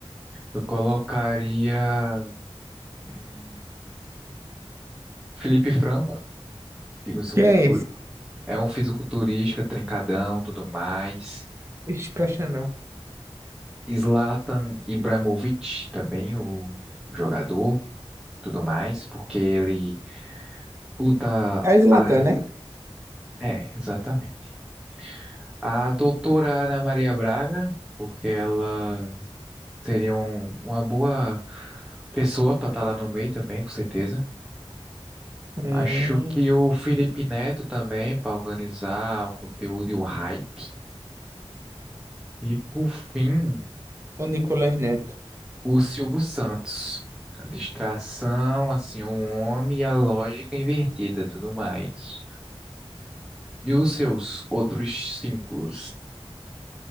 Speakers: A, in the centre; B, on the right (about 25°).
A: Eu colocaria. hum, Felipe Franco, fisicultur-
B: Quem é esse?
A: é um fisiculturista, trincadão, tudo mais.
B: Ixi, presta não.
A: Zlatan Ibrahimovic, também o jogador, tudo mais, porque ele luta.
B: É o Zlatan,
A: Ah,
B: né?
A: é, exatamente. A doutora Ana Maria Braga, porque ela Seria um- uma boa pessoa para estar lá no meio também, com certeza.
B: Hum,
A: Acho que o Felipe Neto também, para organizar o conteúdo e o hype. E por fim,
B: o Nicolas Neto.
A: o Silvio Santos. A distração, assim, o homem e a lógica invertida, tudo mais. E os seus outros cinco,